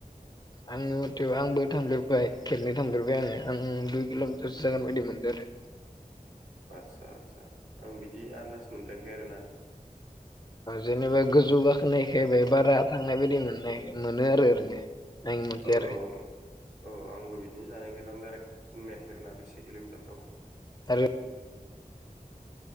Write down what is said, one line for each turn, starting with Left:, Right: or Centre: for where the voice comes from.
Left: आंनि मथे आंबो थांफेरबाय खेबनै थफेरबाय आङो आं दुइ किल'मिटारसो जागोन बायदि मोनदों आरो।
Right: आदसा आतसा आं बिदि आन्दास मोनद्रायाखै आरोना
Left: जेनेबा गोजौ गाखोनायखायबाय बारा थांनाय बायदि मोननाय मोनो आरो ओरैनो आंनि मथे
Right: औ
Left: आरो
Right: औ औ आंबो बिदिनो जानाय ओखायनो आं डाइरेक्ट बुंनोहायाखै आरोना बेसे किल'मिटार दङ
Left: आरो